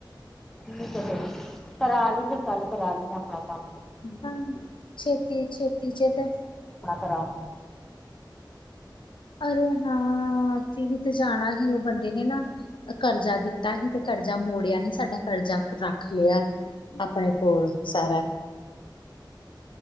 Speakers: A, in the centre; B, on the left (about 80°).
A: ਠੀਕ ਐ ਫੇਰ ਕਰਾ ਲੀ ਫੇਰ ਕੱਲ ਕਰਾ ਲੀ ਆਪਣਾ ਕੰਮ।
B: ਹਾਂ ਛੇਤੀ-ਛੇਤੀ ਚਲ ਪੈ।
A: ਕਰਾ
B: ਅਰੇ ਹਾਂ ਅਸੀਂ ਵੀ ਤੇ ਜਾਣਾ ਹੀ ਉਹ ਬੰਦੇ ਨੇ ਨਾ ਕਰਜ਼ਾ ਦਿੱਤਾ ਹੀ ਤੇ ਕਰਜ਼ਾ ਮੋੜਿਆ ਨੀ ਸਾਡਾ ਕਰਜ਼ਾ ਰੱਖ ਲਿਆ ਆਪਣੇ ਕੋਲ ਸਾਰਾ।
A: <inaudible>